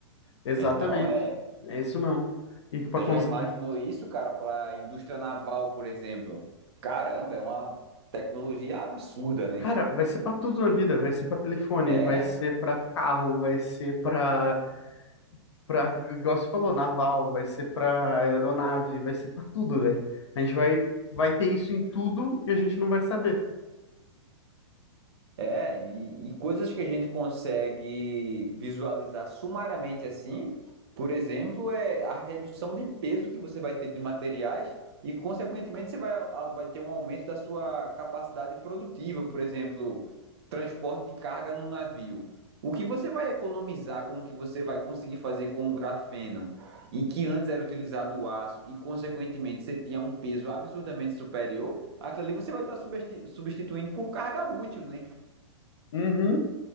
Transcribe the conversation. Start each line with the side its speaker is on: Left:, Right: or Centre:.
Left: Exatamente.
Right: Então é.
Left: É isso mesmo. E para
Right: Você
Left: conseguir.
Right: já imaginou isso, cara, para a indústria naval, por exemplo? Caramba, é uma tecnologia absurda, né?
Left: Cara, vai ser para tudo na vida. Vai ser para telefone,
Right: É,
Left: vai ser para carro, vai ser para para igual você falou, naval, vai ser para aeronave, vai ser para tudo, velho. A gente vai vai ter isso em tudo e a gente não vai saber.
Right: É, e, e coisas que a gente consegue visualizar sumariamente assim, por exemplo, é a redução de peso que você vai ter de materiais e, consequentemente, você vai, a- vai ter um aumento da sua capacidade produtiva, por exemplo, transporte de carga num navio. O que você vai economizar com o que você vai conseguir fazer com o grafeno e que antes era utilizado o aço e, consequentemente, você tinha um peso absurdamente superior, aquilo ali você vai estar subesti- substituindo por carga útil, né?
Left: Uhum.